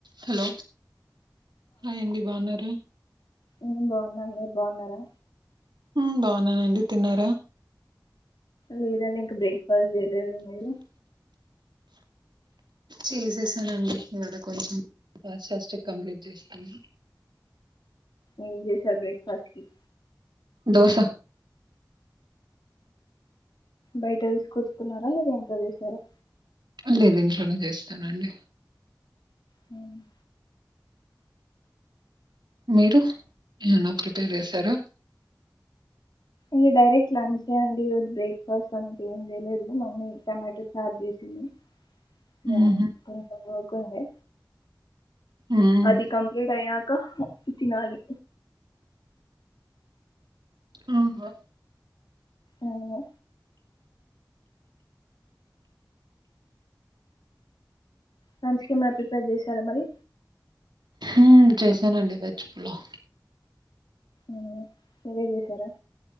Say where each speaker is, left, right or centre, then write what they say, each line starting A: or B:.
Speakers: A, on the right; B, on the left.
A: Hello hi అండి బాగున్నారా
B: మ్మ్ బాగున్నాం మీరు బాగున్నారా
A: మ్ బాగున్నానండి తిన్నారా
B: లేదండి ఇంకా బ్రేక్ఫాస్ట్ చేయలేదు మీరు
A: చేసేసానుండి ఇడ కొంచెం పాస్స్ట్ కంప్లీట్ చేస్తాను
B: ఎం సార్ బ్రేక్ఫాస్ట్ క
A: దోసా
B: బయట తీసుకొచ్చుకున్నారా లేదా ఇంట్లో తీసారా
A: లే ద ఇంట్లోనే చేస్తానండి
B: మ్
A: మీరు ఏమన్నా ప్రిపేర్ చేసారా
B: ఇ డైరెక్ట్ లంచే అండి ఈరోజు బ్రేక్ఫాస్ట్ అంత ఏం చేయలేదు మమ్మీ టమాటో చర్ చేసింది ఇ
A: ఉహు
B: కొంచం వర్క్ ఉంది
A: ఉమ్
B: అది కంప్లీట్ అయ ఇంక తినాలి
A: అహా
B: అవును లంచ్ కు ఎమైనా ప్రిపేర్ చేశారా మరి
A: మ్ చేశానండి వెజ్ పులావు
B: మ్ మీరే చేసారా